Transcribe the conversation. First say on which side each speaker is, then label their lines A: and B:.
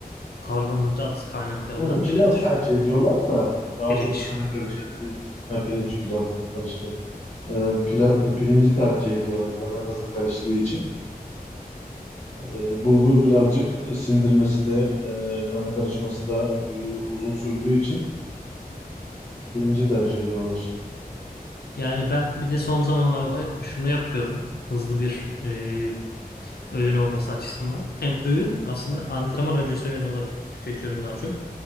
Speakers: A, on the left (about 80°); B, on the left (about 45°).
A: karbonhidrat kaynaklarından
B: Yani pilav
A: biridir
B: tercih ediyorlar da e, daha
A: pirinç.
B: çok kana karıştığı için. Ha, pirinç pilav karıştı. E, pila- e, pirinci tercih ediyorlar kana hızlı karıştığı için. E, bulgur birazcık sindirmesi de e, kana karışması da e, uzun sürdüğü için pirinci tercih ediyorlar.
A: Yani ben bir de son zamanlarda şunu yapıyorum. Hızlı bir e, Öğün olması açısından. Hem öğün aslında antrenman öncesi öğün olarak tüketiyorum daha çok.